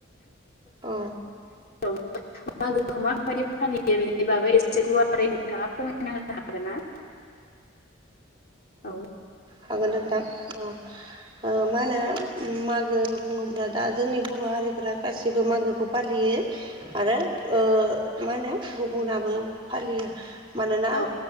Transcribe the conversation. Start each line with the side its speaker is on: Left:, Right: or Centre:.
Right: औ
Left: <inaudible> मागोखौ माबायदि फालियो बेनि बागै एसे गुवारै नोंथाङा फोरमायना होनो हागोन ना? औ
Right: हागोन नोंथां औ अ मा होनो मागो बुङोब्ला दा जोंनि बर' हारिफोरा गासैबो मागोखौ फालियो। आरो ओ मा होनो गुबुनाबो फालियो मानोना
Left: औ